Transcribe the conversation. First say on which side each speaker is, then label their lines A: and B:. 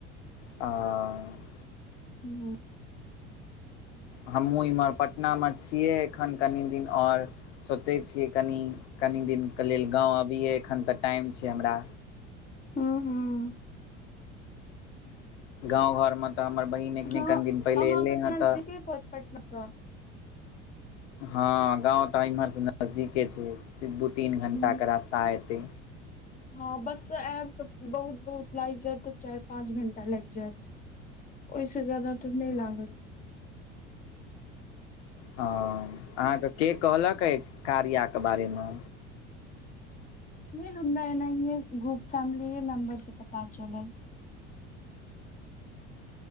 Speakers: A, on the left; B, on the left.
A: <unintelligible>
B: <unintelligible>
A: हमहूँ इम्हर पटना मे छियै एखन कनि दिन और सोचैत छियै कनि कनि दिन के लेल गाँव अबियै एखन त टाइम छै हमरा
B: <unintelligible>
A: गाँव घरमे त हमर बहिन एखनी
B: हँ
A: कनि दिन पहिले
B: अहाँके
A: एलै हँ त
B: <unintelligible> <unintelligible>
A: हँ गाँव त इन्हर सँ नजदीके छै दू तीन घण्टा
B: हूँ
A: के रास्ता एतै
B: हँ बस त आइब त बहुत बहुत लाइग जायत चार पाँंच घंटा लाग जायत ओ स ज्यादा त न
A: हँ
B: लागत
A: हँ अहाँके के कहलक ए कार्या के बारे मे
B: हमरा एनाहिए ग्रुप फैमिली मेम्बर से पता चलल